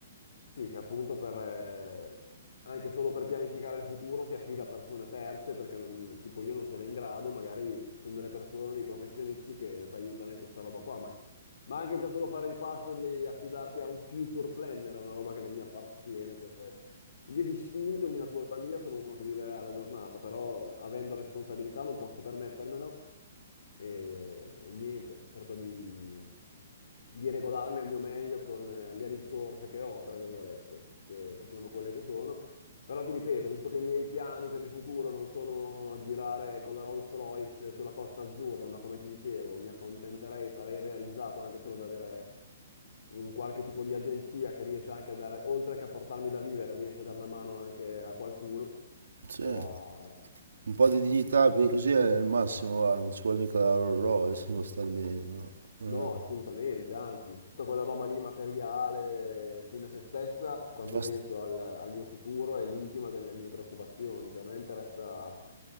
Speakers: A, on the left; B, on the right.
A: sì, che appunto per, eh, anche solo per pianificare il futuro si affida a persone terze perché non- tipo io non sono in grado e magari ci sono delle persone, dei professionisti che ti aiutano in questa roba qua. Ma, ma anche già solo fare il passo di affidarti a un future planner è una roba che non mi appartiene. cioè, io di istinto, di natura mia, sono uno che vive alla giornata, però avendo responsabilità non posso permettermelo e, e niente, cerco di, di regolarmi al mio meglio con eh, le risorse che ho, tra virgolette, che, che sono quelle che sono. Però ti ripeto, visto che i miei piani per il futuro non sono girare con la Rolls-Royce sulla Costa Azzurra, ma come ti dicevo, mi accontenterei, sarei realizzato anche solo ad avere un qualche tipo di agenzia che riesce anche a dare, oltre che a portarmi da vivere, riesce a dare una mano anche a qualcuno
B: sì.
A: o a,
B: Un po' di dignità,
A: come
B: più di così è il massimo, guarda, non ci vuole mica la Rolls Royce, può star bene, no. Non
A: No,
B: è-
A: assolutamente, anzi, tutta quella roba lì materiale fine a se stessa, quando
B: basta-
A: penso al, al mio futuro, è l'ultima delle mie preoccupazioni, cioè a me interessa